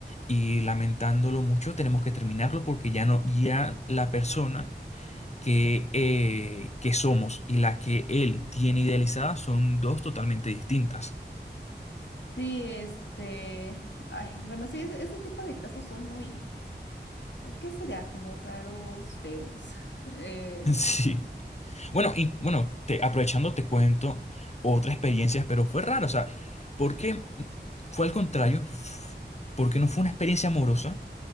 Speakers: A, on the left; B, on the left.
A: y lamentándolo mucho tenemos que terminarlo porque ya no, ya la persona que, eh, que somos y la que él tiene idealizada son dos totalmente distintas.
B: Sí, este, ay, bueno, sí, ese, ese tipo de casos son muy, ¿qué será? Como raros, feos. <laughs> Eh,
A: <laughs> Sí. Bueno, y bueno, te- aprovechando te cuento otra experiencia, pero fue rara, o sea, porque fue al contrario, f- porque no fue una experiencia amorosa,